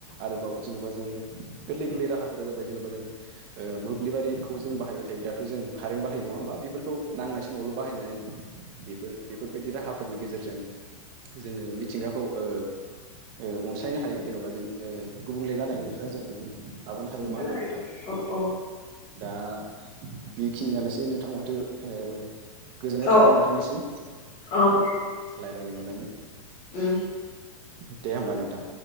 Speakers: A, on the right; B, on the left.
A: आरोबाव जेन'बा जों गोरलै गोरलै राहाफोरा जाबाय जेनेबा जों ओ मोब्लिबारिखौ जों बायबाय थायो दाथ' जों कारेन्ट बाहायो नङा होमबा बेफोर खौ नांनाय समावल' बाहायनाय बेफोर बेफोरबायदि राहा फोरनि गेजेरजों जोङो मिथिंगाखौ ओ ओ अनसायनो हायो जेन'बा जों ओ गुबुंले जानायनिफ्राय जोङो माबानो हायो
B: खोन्थानो
A: नङा होमबा नोंथां?
B: औ औ
A: दा बेखिनियानोसै नोंथां माथो ओ गोजोननाय
B: औ
A: थाबाय नोंथांनिसिम
B: औ दे
A: रायलायनो मोननानै।
B: उम
A: दे होमबा नोंथां।